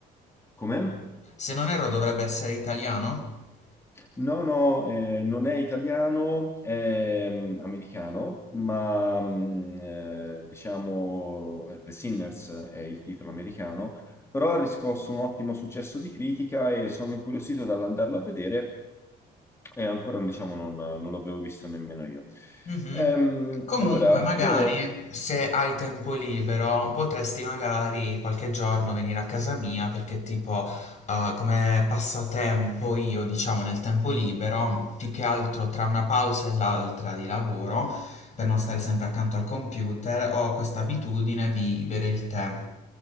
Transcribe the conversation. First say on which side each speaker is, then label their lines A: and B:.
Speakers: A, on the left (about 15°); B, on the left (about 45°).
A: Com'è?
B: Se non erro dovrebbe essere italiano?
A: No, no, eh, non è italiano, è mm, americano, ma mm, eh, diciamo The Sinners è il titolo americano, però ha riscosso un ottimo successo di critica e sono incuriosito dall'andarlo a vedere e ancora diciamo, non, non l'avevo visto nemmeno io.
B: Mhm.
A: Ehm,
B: Comunque,
A: allora,
B: magari
A: io
B: se hai tempo libero, potresti magari qualche giorno venire a casa mia perché tipo eh, come passatempo io, diciamo, nel tempo libero, più che altro tra una pausa e l'altra di lavoro, per non stare sempre accanto al computer, ho questa abitudine di bere il tè.